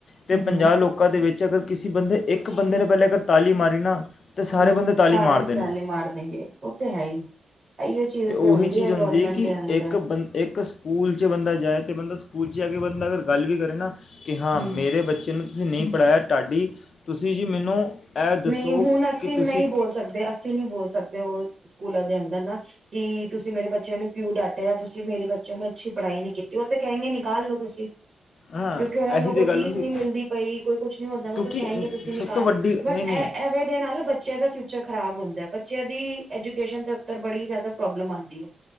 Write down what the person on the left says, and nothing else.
ਤੇ ਪੰਜਾਹ
ਲੋਕਾਂ ਦੇ ਵਿੱਚ ਅਗਰ ਕਿਸੇ ਬੰਦੇ ਇੱਕ ਬਦੇ ਨੇ ਪਹਿਲੇ ਅਗਰ ਤਾਲੀ ਮਾਰੀ ਨਾ ਤੇ ਸਾਰੇ
ਬੰਦੇ ਤਾਲੀ
ਮਾਰਦੇ
ਨੇ
ਉਹੀ
ਚੀਜ਼
ਕਿ
ਇੱਕ ਬੰ ਇੱਕ ਸਕੂਲ 'ਚ ਬੰਦਾ ਜਾਏ ਤੇ ਬੰਦਾ ਸਕੂਲ 'ਚ ਬੰਦਾ ਅਗਰ ਗੱਲ ਵੀ ਕਰੇ ਨਾ ਕਿ ਹਾਂ
ਮੇਰੇ ਬੱਚੇ ਨੂੰ ਤੁਸੀਂ ਨਹੀਂ ਪੜ੍ਹਾਇਆ ਤਾਡੀ ਤੁਸੀਂ ਜੀ ਮੈਨੂੰ ਇਹ ਦੱਸੋ
ਕਿ ਤੁਸੀਂ
ਹਾਂ
ਇਹੀ
ਤੇ
ਗੱਲ
ਹੁੰਦੀ
ਕਿਉਂਕਿ
ਸਭ ਤੋਂ ਵੱਡੀ
ਨਹੀਂ ਨਹੀਂ